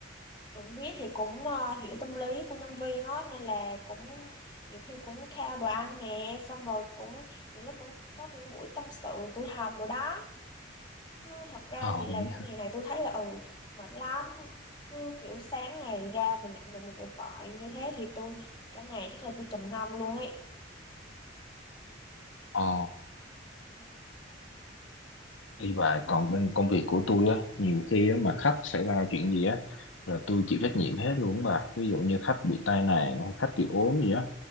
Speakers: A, on the left; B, on the left.
A: Chuẩn viết thì cũng ờ, hiểu tâm lý của nhân viên á nên là cũng nhiều khi cũng khao đồ ăn nè xong rồi cũng những lúc cũng có những buổi tâm sự tụi học rồi đó chứ thật ra
B: ờ
A: thì
B: nghĩ-
A: làm cái nghề này tôi thấy là ừ mệt lắm cứ kiểu sáng ngày ra mình nhận được một cuộc gọi như thế thì tôi cả ngày chắc là tôi trầm ngâm luôn ấy
B: ờ,
A: ừ.
B: đi và còn bên công việc của tôi á nhiều khi á, mà khách xảy ra chuyện gì á là tôi chịu trách nhiệm hết luôn bà ví dụ như khách bị tai nạn hay khách bị ốm gì á